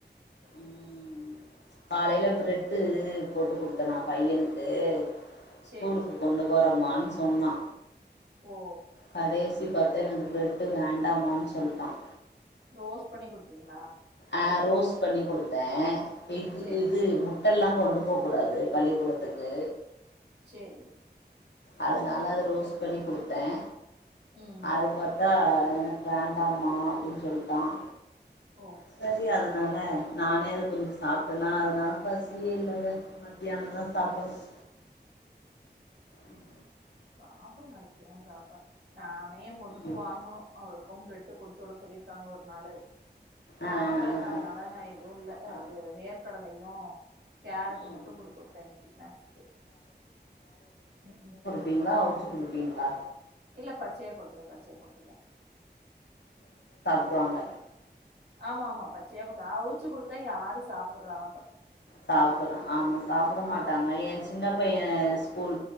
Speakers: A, on the left; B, on the right.
A: உம் காலையில பிரெட்டு் போட்டு குடுத்தேனா பையனுக்கு ஸ்கூலுக்கு
B: சேரி சேரி
A: கொண்டு போற மான்ஸ் சொன்னா
B: ஓ
A: கடைசி பார்த்தா எனக்கு பிரெட்டு் வேண்டாமான்னு சொல்லிட்டான்
B: ஃபோர்ஸ் பண்ணி கொடுத்தீங்க
A: ஆஹ் ரோஸ்ட் பண்ணி கொடுத்தேன் எக்கு
B: சேரி
A: எக்கு
B: சேரி
A: முட்டை இல்லாம ஒன் திருப கூடாது பள்ளிக்குடத்துக்கு
B: செரி
A: அதனால அத லூஸ் பண்ணி குடுத்தேன்
B: ம்
A: அது பாத்தா எனக்கு வேண்டாமா அப்படின்னு சொல்ட்டான்
B: ஓ
A: சரி அதனால நானே அது கொஞ்சம் சாப்பிட்டேனா அதனால பசியே இல்லைங்க மதியானம் தான் சாப்பனும்
B: ம்
A: உம்
B: சாப்புடுங்க அதற்கு கேன் சாப்பிடமா நான் பையன் பொண்ணுக்கும்
A: ம்
B: வாங்கணும் அவள் ளுக்கும் பிரெட்டு கொடுத்து விட சொல்லியிருக்காங்க ஒரு நாளு
A: ஆ
B: வாங்கல
A: ஆ ஆ
B: அதனால
A: ஆ
B: நான் எதுவும் இல்ல
A: ஆ
B: இது வேர்க்கடலை யும் கேரட்டு
A: ம்
B: மட்டும்
A: ம்
B: கொடுத்து வுட்டேன் இன்னைக்கு ஸ்நாக்ஸ்க்கு உம்
A: தீங்களா அவுச்சி கொடுப்பிங்களா
B: இல்ல பச்சையா கொடுத்துருவேன் பச்சையா கொடுத்துருவேன்
A: ட்றுவாங்க
B: ஆமா ஆமா பச்சையா குடுப்பேன் அவுச்சு குடுத்தா யாரு சாப்டுறா
A: சாப்டுறான் ஆமா சாப்பிட
B: ஆ
A: மாட்டாங்க என் சின்ன பையன் அஹ் ஸ்கூல்